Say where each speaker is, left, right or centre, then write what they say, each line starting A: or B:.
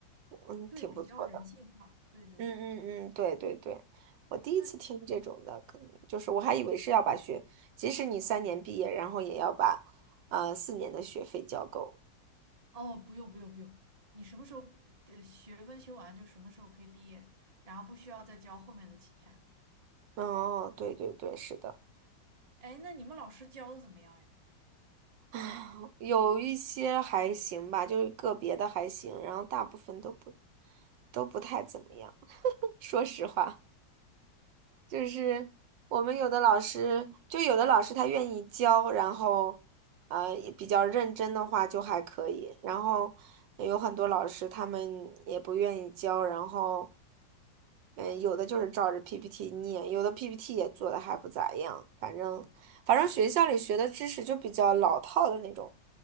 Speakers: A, on the right (about 75°); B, on the right (about 25°).
A: 嗯，
B: 对，
A: 挺不错的。
B: 比较人性化。对对对。
A: 嗯嗯嗯，对对对，我第一次听这种的，
B: 那
A: 可能就是我还以为是要把学，即使你三年毕业，然后也要把呃四年的学费交够。
B: 哦，不用不用不用，你什么时候的学分修完就什么时候可以毕业，然后不需要再交后面的期钱了。
A: 哦，对对对，是的。
B: 哎，那你们老师教的怎么样呀？
A: <laughs> 有一些还行吧，就是个别的还行，然后大部分都不都不太怎么样。说实话，就是我们有的老师，就有的老师他愿意教，然后呃也比较认真的话就还可以，然后有很多老师他们也不愿意教，然后嗯，有的就是照着 PPT 念，有的 PPT 也做的还不咋样。反正，反正学校里学的知识就比较老套的那种。